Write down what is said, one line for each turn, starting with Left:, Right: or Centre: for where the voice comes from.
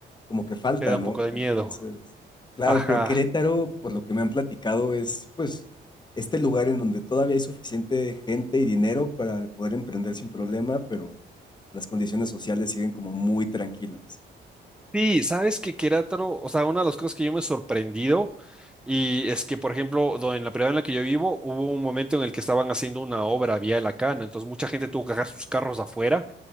Left: como que falta,
Centre: te da
Left: ¿no?
Centre: un poco de
Left: Entonces,
Centre: miedo.
Left: claro,
Centre: Ajá.
Left: pero Querétaro, por lo que me han platicado, es pues este lugar en donde todavía hay suficiente gente y dinero para poder emprender sin problema, pero las condiciones sociales siguen como muy tranquilas.
Centre: Sí, sabes que Querétaro, o sea, una de las cosas que yo me he sorprendido y es que, por ejemplo, do- en la ciudad en la que yo vivo, hubo un momento en el que estaban haciendo una obra vial acá, ¿no? Entonces, mucha gente tuvo que dejar sus carros afuera